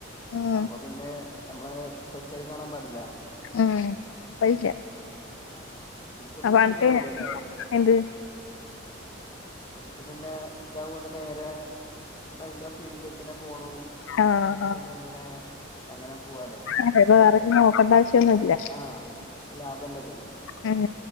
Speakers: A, on the left (about 75°); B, on the left (about 20°).
A: ഉം
B: അപ്പൊ പിന്നെ നമ്മള് കൊച്ചായി കാണാൻ പാടില്ല
A: ഉം പറ്റില്ല
B: ആ നിക്ക്
A: അപ്പൊ
B: പിന്നെ
A: അനക്ക്
B: സുഖവലോല്ലേ
A: എന്ത്
B: ക്ക് പിന്നെ ഇതുകൊണ്ട് നേരെ അതിറെ ഫീൽഡിലേക്ക്ന്നെ പോണു
A: ആഹ്
B: അപ്പ പിന്നെ അങ്ങനെ അങ്ങനെ പോവാലോ
A: ആഹ്
B: സുഖായിട്ട്
A: അത് വേറെ ഇനി നോക്കണ്ട ആവശ്യമൊന്നുമില്ല
B: ആ ലാഭല്ലത്
A: ഉം